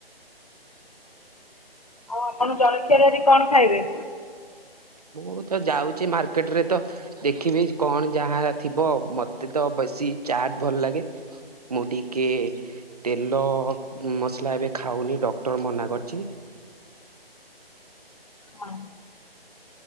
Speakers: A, on the left (about 40°); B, on the right (about 40°).
A: ଆଉ ଆପଣ ଜଳଖିଆର ଆଜି କଣ ଖାଇବେ?
B: ମୁଁ ତ ଯାଉଛି ମାର୍କେଟ ରେ ତ ଦେଖିବି କଣ ଯାହା ଥିବ ମତେ ତ ବେଶୀ ଚାଟ ଭଲ ଲାଗେ ମୁଁ ଟିକେ ତେଲ ମସଲା ଏବେ ଖାଉନି ଡକ୍ଟର ମନା କରିଛି।
A: ହୁଁ।